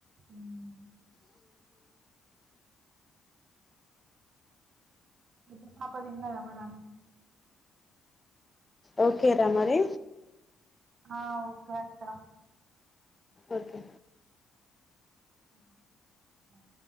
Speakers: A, on the right; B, on the left.
A: ఊమ్ పెద్ద పాప తిన్నదా మరి అన్నం
B: ఓకే ర మరి
A: ఆ ఓకే అత్త
B: ఓకే
A: ఊమ్ ఉ